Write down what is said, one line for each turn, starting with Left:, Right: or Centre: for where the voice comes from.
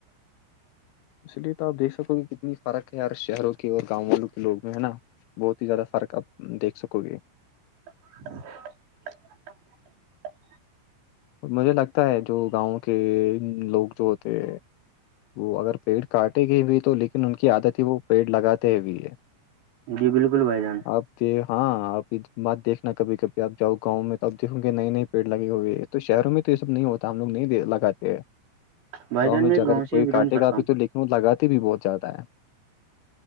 Left: اسی لیے تو آپ دیکھ سکو کہ کتنی فرق ہے یار شہروں کے اور گاؤں والوں کے لوگ میں ہے نا بہت ہی زیادہ فرق آپ دیکھ سکو گے
Right: ںں <unintelligible>
Left: مجھے لگتا ہے جو گاؤں کے لوگ جو ہوتے ہیں وہ اگر پیڑ کاٹے گ بھی تو لیکن ان کی عادت ہی وہ پیڑ لگاتے بھی ہے
Right: جی بالکل بھائی جان
Left: آپ د ہاں آپ کی بات دیکھنا کبھی کبھی آپ جاؤ گاؤں میں تو آپ دیکو گے نئے نئے پیڑ لگے ہوئے تو شہروں میں تو یہ سب نہیں ہوتا ہم لوگ نہیں لگاتے ہیں
Right: بھائی
Left: گاؤں
Right: جان
Left: میں اگر کوئی
Right: سے بلونگ
Left: کاٹے
Right: کرتا
Left: کاپے
Right: ہوں
Left: تو لن لگاتے بھی بہت زیادہ ہے